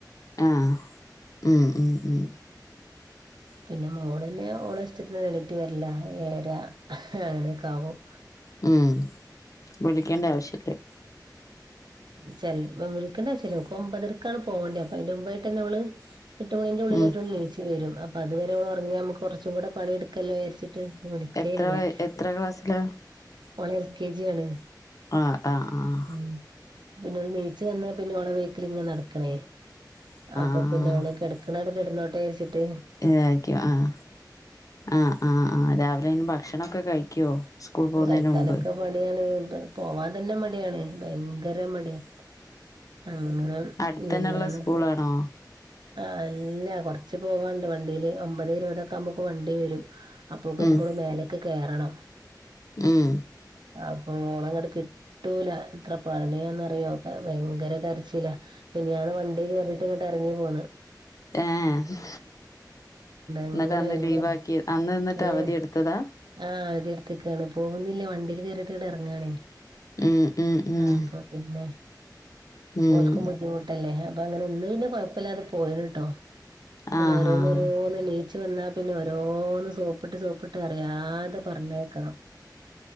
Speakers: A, on the left; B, on the right.
A: ആ ഉം ഉം ഉം
B: പിന്നെ മോള തന്നെ ഓള ഇഷ്ടത്തിന് എളിറ്റ് വരല്ല ഏയാരാ അങ്ങനെയൊക്കെ ആകും
A: മ വിളിക്കേണ്ട ആവശ്യമില്ലേ
B: ചെ വിളിക്കണ്ട ആവിശ്യമില്ല ഓൾക് ഒമ്പത്തരക്കാണ് പോകേണ്ടത് അപ്പ അതി മുമ്പായിട്ട് തന്നെ അവള് എട്ട് മണിന്റെ ഉള്ളിലായിട്ടുള്ള
A: ഉം
B: നീച്ചിൽ വരും അപ്പൊ അതുവരെ ഉൾ ഉറങ്ങി നുക്ക് കുച്ച കൂടെ പണി എടുക്കലോ വിചാരിച്ചു വിളികേല്ല
A: എത്ര വയ- എത്ര ക്ലാസ്സിലാ
B: ഓള് എൽ കെ ജി ആണ്
A: ആഹ ആഹ ആഹ
B: ഉം പിന്നെ നീചു വന്നാ പിന്നെ ഓള ബേക്കിൽ ഇങ്ങനെ നടക്കണേ അപ്പൊ
A: ആഹ്
B: പിന്നെ അവഓള് കിടക്കണ കിടുന്നോട്ട വിജാ രിച്ചിട്ട്
A: ഇതായിരിക്കും ആഹ ആഹ് ആഹ് ആഹ് രാവിലെ ഇന് ഭക്ഷണൊക്കെ കഴിക്കുവോ സ്കൂൾ പോകുന്നതിന്
B: കഴിക്കാനൊക്കെ
A: മുമ്പ്
B: മണിയാണ് പോവാൻ തന്നെ മടിയാണ് ഭയങ്കര മടിയാണ് അങ്ങനെ
A: അടുത്തന്നെള്ള
B: മിനിയന്നോക്കെ
A: സ്കൂളാണോ
B: ആ അല്ല കൊറച്ച് പോവാണ്ട് വണ്ടിയില് ഒമ്പത് ഇരുപതൊക്കെ നുക്ക് വണ്ടി വരും അപ്പകും
A: ഉം
B: ഇവിടെ മേലേക്ക് കയറണം
A: ഉം
B: അപ്പൊ ഓളെ ഇങ്ങട്ട് കിട്ടൂല ഇത്ര പണിയോന്ന്റിയോക്കെ ഭയങ്കര കരച്ചില്ല മിനിയാന്ന് വണ്ടി കയറിട്ട് ഇങ്ങട്ട് ഇറങ്ങി പോകുന്നത്
A: ആഹ
B: അങ്ങനെ
A: എന്നിട്ട് അന്ന്
B: ഭയങ്കര
A: ലീവാ ആക്കി അന്ന് നിന്നിട്ട്
B: ഒന്ന്
A: അവധി എടുത്തതാ
B: ആഹ് ഒ അടുത്തേക്കാണ് പോകുന്നില്ലേ വണ്ടീൽ കേയറിട്ട് ഇങ്ങട്ട് ഇറങ്ങണേ
A: ഉം ഉം ഉം
B: ആ പിന്നെ
A: ഉം
B: ഓൽക്കും ബുദ്ധിമുട്ടല്ലേ അപ്പൊ അങ്ങനെ ഇന്ന് പിന്നെ കൊഴപ്പല്ലാതെ പോകു പോയിന് ട്ടോ അങ്ങന
A: ആഹ്
B: ഓരോന്ന രോ ച്ച് വന്നാ പിന്നെ ഓരോന്ന് സോപ്പിട്ട് സോപ്പിട്ട് അറിയാതെ പറഞ്ഞയക്കണം.